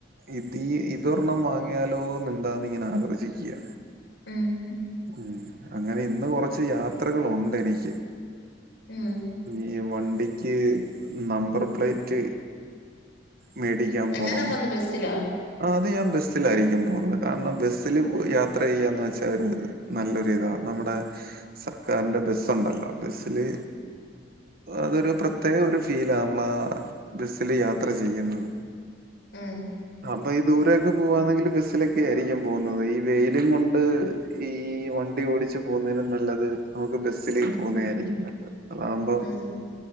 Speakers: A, on the right; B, on the left.
A: ഇത് ഇതൊരെണ്ണം വാങ്ങിയാലോന്ന് എന്താന്നിങ്ങനെ ആലോചിക്ക്യ
B: മ്മ്.. മ്മ്..
A: ഉം അങ്ങനെയിന്ന് കൊറച്ച് യാത്രകളുണ്ടെനിക്ക്
B: ഉം...
A: ഈ വണ്ടിക്ക് നമ്പർ പ്ലേറ്റ് മേടിക്കാൻ
B: എങ്ങനാ
A: പോണം
B: പോന്നെ ബസ്സിലോ
A: ആ അത് ഞാൻ ബസ്സിലായിരിക്കും പോണത് കാരണം ബസ്സില് യാത്ര ചെയ്യാന്ന് വെച്ചാൽ ഒര് നല്ലൊരിതാ നമ്മുടെ സർക്കാരിന്റെ ബസ്സുണ്ടല്ലോ ബസ്സില് അതൊരു പ്രത്യേക ഒരു ഫീലാ നമ്മള ആ ബസില് യാത്ര ചെ ചെയ്യുന്നത്
B: ഉം
A: അപ്പൊ അപ്പൊ ഈ ദൂരൊക്കെ പോവാന്നെങ്കില് ബസ്സിലൊക്കെ ആയിരിക്കും പോകുന്നത് ഈ വെയിലും കൊണ്ട് ഈ വണ്ടി ഓടിച്ച് പോന്നേലും നല്ലത് നമുക്ക് ബസില് ബസില്
B: ഉം
A: പോകുന്നതായിരിക്കും
B: ഉം
A: നല്ലത് അതാകുമ്പോം
B: ഉം